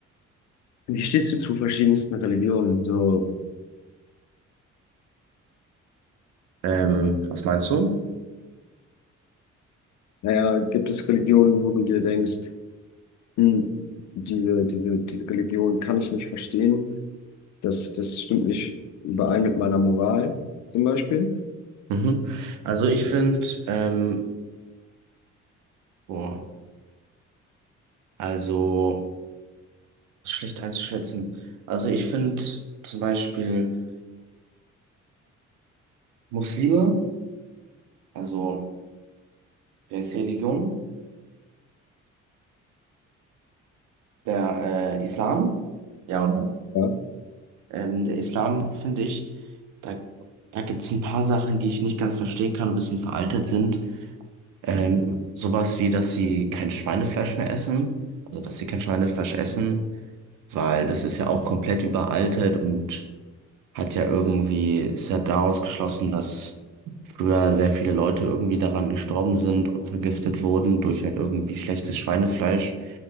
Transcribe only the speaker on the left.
wie stehst du zu verschiedensten Religionen? So,
naja, gibt es Religionen, wo du dir denkst, hm, diese, diese, diese Religion kann ich nicht verstehen. Das, das stimmt nicht überein mit meiner Moral, zum Beispiel.
Ja.